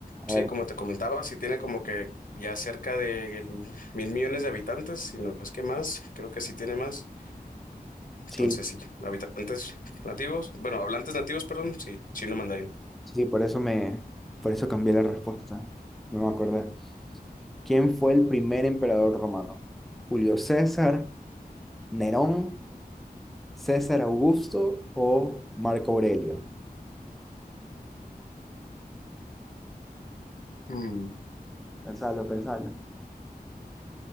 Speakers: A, in the centre; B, on the left (about 55°).
A: A
B: Sí,
A: ver,
B: como te comentaba, sí tiene como que ya cerca de el- mil millones de habitantes, si no es que más, creo que sí tiene más. Entonces,
A: sí,
B: sí, habitantes nativos, bueno, hablantes nativos, perdón, sí, chino mandarín.
A: sí, por eso me, por eso cambié la respuesta. No me acordé. ¿Quién fue el primer emperador romano? ¿Julio César, Nerón, César Augusto o Marco Aurelio?
B: Mm,
A: Pensalo, pensalo.